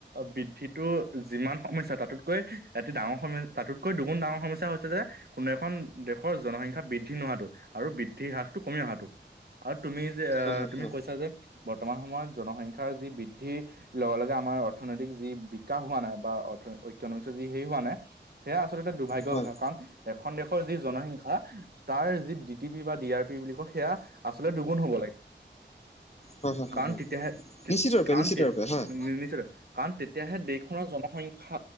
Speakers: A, on the right (about 55°); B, on the left (about 35°).
A: বৃদ্ধিটো যিমান সমস্যা তাতোতকৈ এটি ডাঙৰ সমস তাতোতকৈ দুগুণ ডাঙৰ সমস্যা হৈছে যে কোনো এখন দেশৰ জনসংখ্য বৃদ্ধি নোহাতটো আৰু বৃদ্ধি হ্ৰাসটো কমি অহাটো আৰু তুমি যে আহ
B: হয় হয়
A: তুমি
B: হয় হয়
A: কৈছা যে বৰ্তমান সময়ত জনসংখ্যৰ যি বৃদ্ধি লগে লগে আমাৰ অৰ্থনৈতিক যি বিকাশ হোৱা নাই বা অৰ্ ইকনমিক যি হে হোৱা নাই সেয়া আচলতে এটা দুৰ্ভাগ্যৰ
B: হয়
A: কথা কাৰণ এখন দেশৰ যি জনসংখ্যা তাৰ যি ডিটি পি বা ডি আৰ পি বুলি কয় সেয়া আচলতে দুগুণ হ'ব লাগে
B: হয় হয় হয়
A: কান
B: হয়
A: ইতিহ
B: নিশ্চিত ৰূপে
A: কান্ত
B: নিশ্চিত ৰূপে হয়
A: নি নিচ্ৰ কাৰণ তেতিয়াহে দেশখনৰ জনসংখ্য